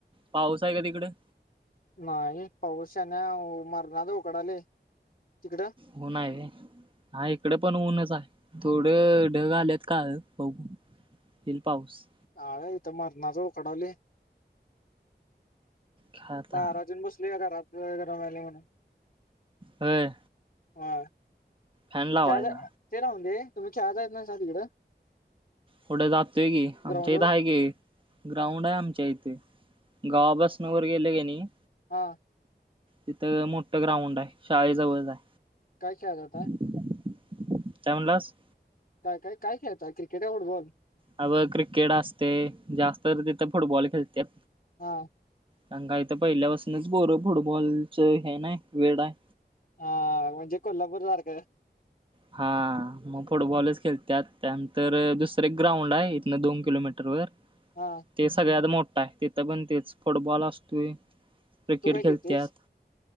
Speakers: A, on the right (about 30°); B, on the left (about 55°).
A: पाऊस आहे का तिकडं?
B: नाही पाऊस यानं मरणा उकडालंय, तिकडं?
A: हो ना, आहे र. हा इकडे पण ऊनच आहे थोडं ढग आलेत काळं बघु. तील पाऊस
B: आर इथं मरणाचं उकडायलंय.
A: काय आता
B: दारात येऊन बसलूया, घरात लय गरम व्हायलंय म्हणून.
A: होय
B: हा
A: फॅन लावायचा
B: काय त्या ते राहून दे <unintelligible> तिकडं.
A: पुढं जातोय की, आमच्या
B: ग्राउंड
A: इथं
B: वर
A: हाय की. ग्राउंड आहे आमच्या इथे, गावापसनं वर गेले का नाही
B: हा.
A: तिथं मोठं ग्राउंड आहे, शाळेजवळच हाय.
B: काय खेळाय जाता?
A: काय म्हणलास?
B: काय काय काय खेळताय, क्रिकेट का फुटबॉल?
A: अ बघ क्रिकेट असतंय, जास्त तिथं फुटबॉल खेळत्यात.
B: हा.
A: आणि काय इथं पहिल्या पाासूनच पोरं फुटबॉलच हे हाय नाय, वेळ हाय.
B: आं म्हणजे कोल्हापूर सारखं.
A: हा मग फुटबॉलच खेळत्यात, त्यानंतर दुसरं एक ग्राउंड आहे, इथनं दोन किलोमीटर वर.
B: हा.
A: ते सगळ्यात मोठा आहे, तिथंपण तेच फुटबॉल असतोय, क्रिकेट
B: तू काय खेळतेस
A: खेळत्यात.